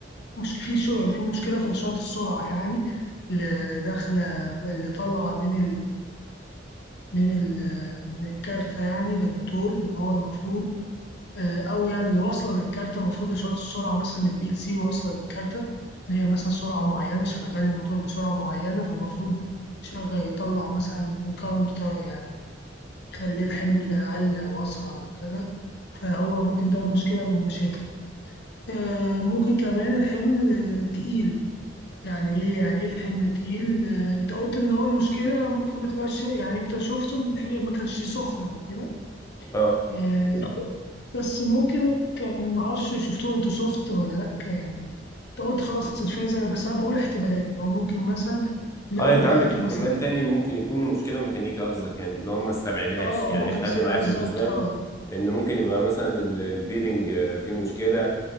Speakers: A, on the left; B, on the left.
A: مش في شو- في مشكلة في إشارة السرعة يعني اللي داخلة اللي طالعة من من ال- من الكارتة يعني للموتور ان هو المفروض آه، او يعني اللي واصله للكارتة المفروض اشارات السرعه مثلا من البي ال سي واصله للكارتة ان هي مثلا سرعه معينه شغال الموتور بسرعه معينه فالمفروض شغال يطلع مثلا كارنت بتاع يعني يخلي الحمل اقل او اسرع او كده فهو ممكن ده مشكله من المشاكل آه، ممكن كمان الحمل آه، تقيل يعني ايه يعني ايه حمل تقيل آه، انت قلت ان هو المشكله ممكن ما تبقاش يعني انت شفته ان الحمل ما كانش سخن او كده
B: اه
A: آه، بس ممكن كان ما اعرفش شفتوه انتوا سوفت ولا لا يعني انت قلت خلاص الفازه بس انا بقول احتمالات ان هو ممكن مثلا لو
B: اه انت
A: لقيته
B: عندك احتمال
A: مثلا
B: تاني ممكن يكون المشكلة ميكانيكا قصدك يعني اللي هو ما استبعدهاش
A: اه
B: يعني
A: ممكن
B: خلي
A: س- بالظبط
B: معاه في الحسبان
A: اه
B: ان ممكن يبقى مثلا ال- البيرنج آه، فيه مشكلة